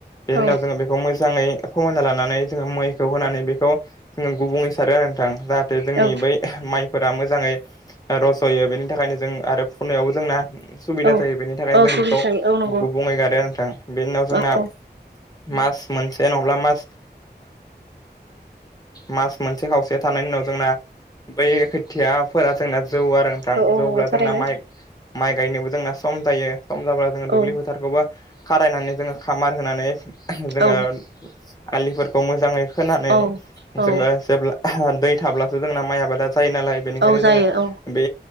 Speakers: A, on the left; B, on the right.
A: बेनि
B: औ
A: उनाव जोङो बेखौ मोजाङै फोमोनना लानानै जोङो मैखौ होनानै बेखौ जोङो गुबुंङै सारो आरो नोंथां जाहाथे जोंनि
B: औ
A: बै माइफोरा मोजाङै रज'यो बेनि थाखायनो जों आरो फुनायावबो जोंना सुबिदा
B: औ
A: जायो बेनि थाखायनो
B: औ
A: जों
B: सुग्रि
A: बेखौ
B: थायो औ नंगौ
A: गुबुंङै गायो आरो नोंथां बेनि उनाव जोंना
B: औ औ
A: मास मोनसे नङाब्ला मास मास मोनसे खावसे थानायनि उनाव जोंना बै खोथियाफोरा जोंना जौवो आरो थां।
B: औ औ
A: जौब्ला
B: नंगौ थारैनो
A: जोंना माइ माइ गायनोबो जोंना सम जायो। सम जाब्ला जोना दुब्लि
B: औ
A: फोथारखौबो खारायनानै जोङो खामार होनानै जोङो
B: औ
A: आलिफोर खौ मोजाङै खोनानै
B: औ औ
A: जोङो जेब्ला दै थाब्लासो जोंना माइ आबादा जायो नालाय। बेनिखायनो
B: औ जायो
A: जोङो
B: औ
A: बे